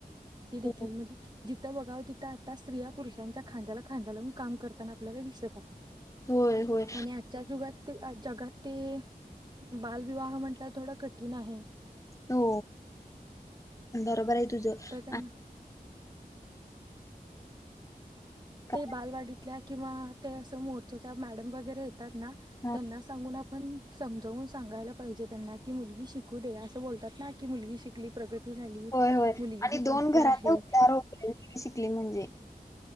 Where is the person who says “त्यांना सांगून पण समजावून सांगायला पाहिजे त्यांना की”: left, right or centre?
Right